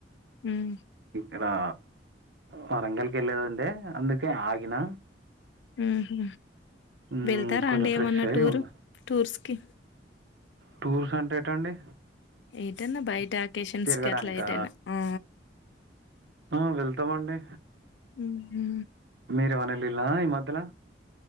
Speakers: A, on the left; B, on the right.
A: ఉమ్
B: ఇలా వరంగల్కి వెలేదంటే అందుకే ఆగిన
A: ఊహు
B: హ్మ్.
A: వెళ్తారా
B: కొంచెం
A: అండి
B: ఫ్రెష్
A: ఏమన్నా
B: అయ్యి
A: టూర్
B: ఉండు.
A: టూర్స్ కి
B: టూర్స్ అంటే ఏటండి
A: ఏటన్న బయట ఆకేషన్స్
B: తిరగడానికా?
A: కి అట్లా ఏటనా ఆ
B: ఆ వెళ్తామండి
A: ఊహు
B: మిరేమన్న ఎలిల ఈ మధ్యల